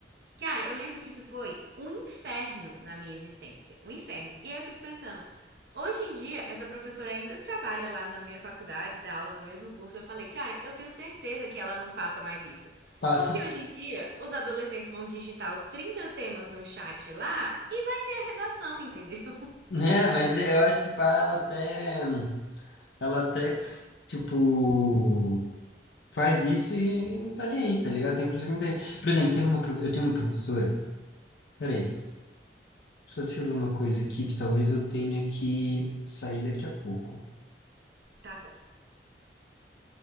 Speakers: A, on the right; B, on the left.
A: Cara, eu lembro que isso foi um inferno na minha existência. Um inferno. E aí eu fico pensando, hoje em dia, essa professora ainda trabalha lá na minha faculdade, dá aula no mesmo curso. Eu falei, cara, eu tenho certeza que ela não passa mais isso.
B: Passa.
A: Porque hoje em dia, os adolescentes vão digitar os 30 temas num chat lá e vai ter a redação, entendeu?
B: <laughs>
A: <laughs>
B: né mas eu acho que pá, ela até, ela até, tipo, faz isso e não tá nem aí, tá ligado? Tem professor que não tem. Por exemplo, teve uma, profe- eu tenho uma professora, peraí, só deixa eu ver uma coisa aqui que talvez eu tenha que sair daqui a pouco.
A: Tá bom.